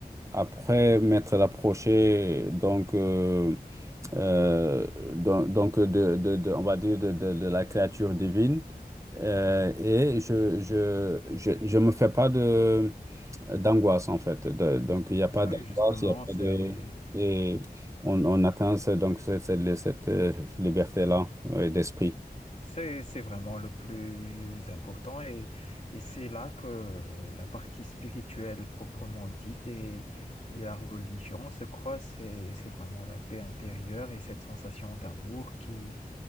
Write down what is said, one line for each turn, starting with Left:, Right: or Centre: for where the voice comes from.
Right: après m'être approché, donc, euh, euh, donc, donc de, de- de- on va dire, de, de- de la créature divine, euh, et je, je, je, je me fais pas de d'angoisse en fait. De- donc il n'y a pas
Left: Oui,
Right: d'angoisse,
Left: justement,
Right: il n'y a pas
Left: c'est
Right: de... Et on, on atteint ce- donc ce- ce- cette, euh, liberté-là ouais, d'esprit.
Left: c'est c'est vraiment le plus important et et c'est là que la partie spirituelle proprement dite et et la religion se croisent. C'est c'est vraiment la paix intérieure et cette sensation d'amour qui